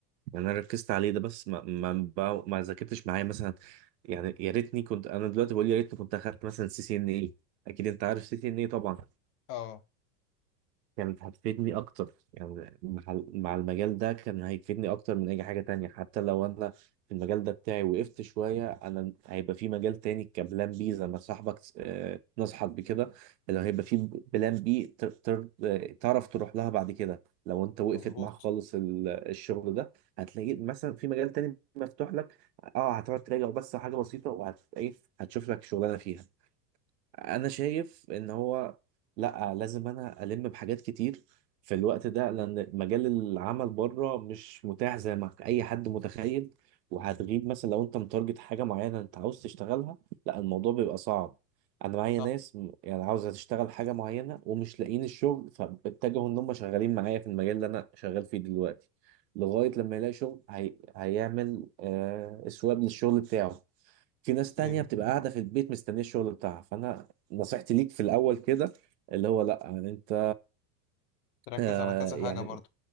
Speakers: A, on the right; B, on the left.
A: يعني انا ركزت عليه ده بس ما ما ما ما ذاكرتش معايا مثلا يعني يا ريتني كنت انا دلوقتي بقول يا ريتني كنت اخدت مثلا سي سي ان اي اكيد انت عارف سي سي ان اي طبعا
B: اه
A: كانت هتفيدني اكتر يعني مع مع المجال ده كان هيفيدني اكتر من اي حاجة تانية حتى لو انا في المجال ده بتاعي وقفت شوية انا هيبقى في مجال تاني كبلان بي زي ما صاحبك آه، نصحك بكده اللي هيبقى في بلان بي تر- تر- آه، تعرف تروح لها بعد كده لو انت وقفت
B: مظبوط
A: معاك خالص ال- الشغل ده هتلاقي مثلا في مجال تاني مفتوح لك اه هتقعد تراجع بس حاجة بسيطة وهت ايه هتشوف لك شغلانة فيها انا شايف ان هو لا لازم انا الم بحاجات كتير في الوقت ده لان مجال العمل بره مش متاح زي ما اي حد متخيل وهتغيب مثلا لو انت متارجت حاجه معينه انت عاوز تشتغلها لا الموضوع بيبقى صعب انا معايا
B: صح
A: ناس م- يعني عاوزه تشتغل حاجه معينه ومش لاقيين الشغل فاتجهوا ان هم شغالين معايا في المجال اللي انا شغال فيه دلوقتي لغايه لما يلاقي شغل هي... هيعمل آه... اسواب للشغل بتاعه في ناس تانية
B: ايوه
A: بتبقى قاعدة في البيت مستنية الشغل بتاعها فأنا نصيحتي ليك في الأول كده اللي هو لأ أنت
B: تركز
A: آه
B: على كذا
A: يعني
B: حاجة برضو